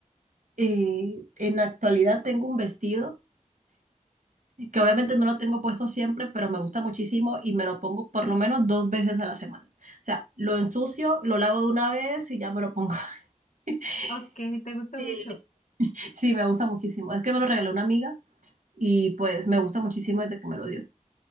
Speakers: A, on the right (about 75°); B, on the left (about 65°).
A: eh, en la actualidad tengo un vestido. que obviamente no lo tengo puesto siempre, pero me gusta muchísimo y me lo pongo por lo menos dos veces a la semana. O sea, lo ensucio, lo lavo de una vez y ya me lo pongo. <laughs>
B: Ok, te gusta
A: Eh,
B: mucho.
A: Sí, me gusta muchísimo. Es que me lo regaló una amiga y pues me gusta muchísimo desde que me lo dio.